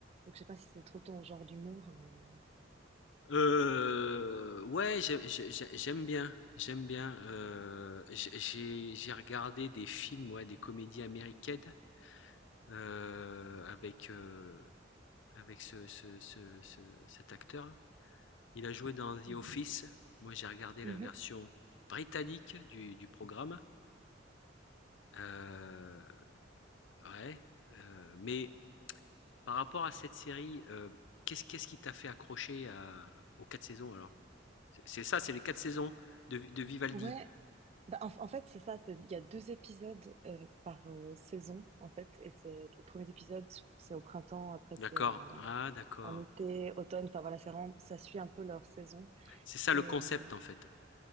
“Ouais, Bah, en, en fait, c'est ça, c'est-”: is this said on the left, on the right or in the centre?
Right